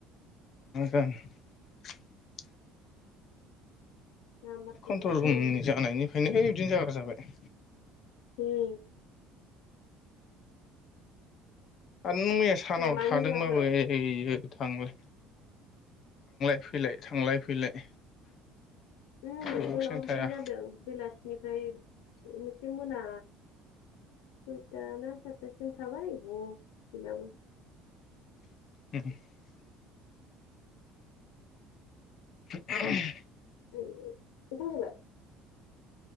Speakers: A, on the left (about 50°); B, on the left (about 80°).
A: <unintelligible>
B: नाम्बारसो
A: कन्ट्रल
B: लानांसिगोन
A: रुम
B: जों।
A: जानायनिफ्रायनो बिदिनो जागा जाबाय।
B: <unintelligible>
A: आरो नों मैया सानाव
B: माजों
A: थादोंबाबो
B: जाखो
A: ओइ <unintelligible> थांलाय -फैलाय थांलाय- फैलाय।
B: उ
A: दसेनो
B: जोंनाव
A: थाया
B: बिदिनो जादों बेलासिनिफ्राय मोनसे मोना सयतना सातासिम थाबाय <unintelligible>
A: <unintelligible> <unintelligible>
B: <unintelligible>